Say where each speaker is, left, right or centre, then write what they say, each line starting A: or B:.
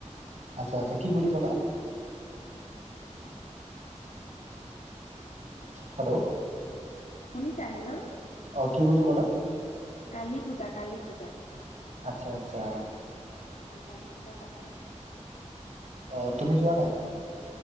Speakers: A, on the right; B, on the left.
A: আচ্ছা, আচ্ছ। কি বুলি কলা? হেল্ল'।
B: শুনিছা, হেল্ল'।
A: অহ, কি বুলি ক'লা?
B: কালি পূজা, কালি পূজা।
A: আচ্ছা, আচ্ছা।
B: উম, কালি পূজা পাতে।
A: অহ, তুমি যোৱা নাই?
B: এ